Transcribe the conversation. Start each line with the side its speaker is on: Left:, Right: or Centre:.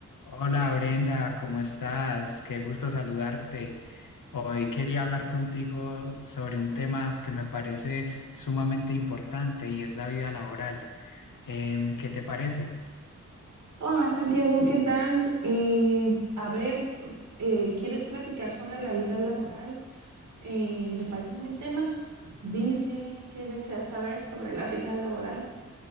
Left: Hola Brenda, ¿cómo estás? Qué gusto saludarte. Hoy quería hablar contigo sobre un tema que me parece sumamente importante y es la vida laboral. Em, ¿qué te parece?
Right: Hola Santiago, ¿qué tal? Eh, a ver, eh, ¿quieres platicar sobre la vida laboral? Eh, me parece un buen tema. Dime qué, qué deseas saber sobre la vida laboral.